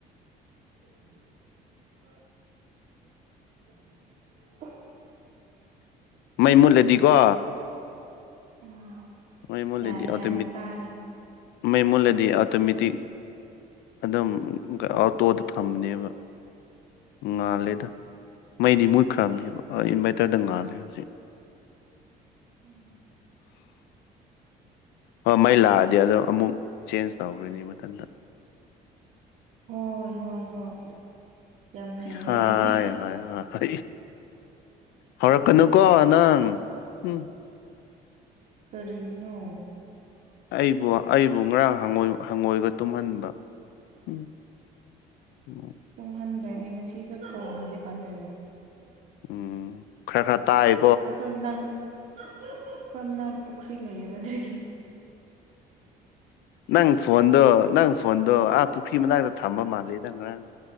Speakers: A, on the right; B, on the left.
A: <inaudible>
B: ꯃꯩ ꯃꯨꯠꯂꯗꯤꯀꯣ
A: ꯎꯝ
B: ꯃꯩ ꯃꯨꯠꯂꯗꯤ
A: ꯌꯥꯔꯦ
B: ꯑꯣꯇꯣꯃꯦ
A: ꯌꯥꯔꯦ ꯇꯥꯔꯦ
B: ꯃꯩ ꯃꯨꯠꯂꯗꯤ ꯑꯣꯇꯣꯃꯦꯇꯤꯛ ꯑꯗꯨꯝ ꯑꯣꯇꯣꯗ ꯊꯝꯕꯅꯦꯕ ꯉꯥꯜꯂꯦꯗ ꯃꯩꯗꯤ ꯃꯨꯠꯈ꯭ꯔꯕꯅꯦꯕ ꯑ ꯏꯟꯚꯔꯇꯔꯗ ꯉꯥꯜꯂꯦ ꯍꯧꯖꯤꯛ
A: ꯎꯝ
B: ꯍꯣꯏ ꯃꯩ ꯂꯥꯛꯑꯗꯤ ꯑꯗꯣ ꯑꯃꯨꯛ ꯆꯦꯟꯖ ꯇꯧꯈ꯭ꯔꯅꯤ ꯃꯊꯟꯇ
A: ꯍꯣꯏ ꯍꯣꯏ ꯍꯣꯏ ꯌꯥꯝ ꯍꯩꯔꯦ
B: ꯍꯣꯏ ꯍꯣꯏ ꯍꯣꯏ ꯍꯧꯔꯛꯀꯅꯨꯀꯣ ꯅꯪ ꯎꯝ
A: ꯀꯔꯤꯒꯤꯅꯣ
B: ꯑꯩꯕꯨ ꯑꯩꯕꯨ ꯉꯔꯥꯡ ꯍꯪꯉꯣꯏꯒ ꯇꯨꯝꯍꯟꯕ ꯎꯝ <inaudible>
A: ꯇꯨꯝꯍꯟꯗ꯭ꯔꯗꯤ ꯉꯁꯤꯁꯨ ꯈꯣꯡꯉꯗꯤ ꯐꯗꯣꯏꯕꯥ
B: ꯎꯝ ꯈꯔ ꯈꯔ ꯇꯥꯏ
A: ꯑꯩꯈꯣꯏ ꯃꯅꯥꯛꯇ ꯑꯩꯈꯣꯏ ꯃꯅꯥꯛꯇ ꯄꯨꯈ꯭ꯔꯤ ꯂꯩꯌꯦꯕ ꯑꯗꯨꯒꯤ
B: ꯅꯪ ꯐꯣꯟꯗꯣ ꯅꯪ ꯐꯣꯟꯗꯣ ꯑꯥ ꯄꯨꯈ꯭ꯔꯤ ꯃꯅꯥꯛꯇ ꯊꯝꯕ ꯃꯥꯜꯂꯦꯗꯥ ꯅꯪ ꯉꯔꯥꯡ